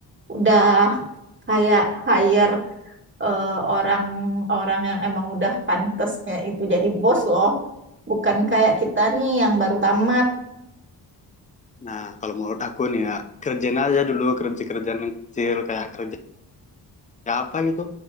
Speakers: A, on the right; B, on the left.
A: udah kayak hire eh, orang-orang yang emang udah pantesnya itu jadi bos loh. Bukan kayak kita nih yang baru tamat.
B: Nah, kalau menurut aku nih ya, kerjain aja dulu kerja-kerjaan yang kecil, kayak kerja ya apa gitu.